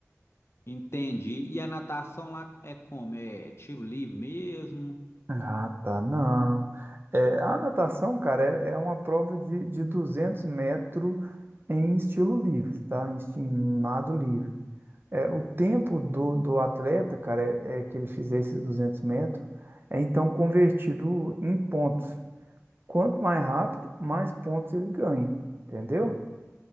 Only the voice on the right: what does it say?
Ah, tá, não. Eh, a natação, cara, é, é uma prova de, de 200 metros em estilo livre, tá? Em esti- em nado livre. É, o tempo do, do atleta, cara, é, é que ele fizer esses 200 metros, é então convertido em pontos. Quanto mais rápido, mais pontos ele ganha, entendeu?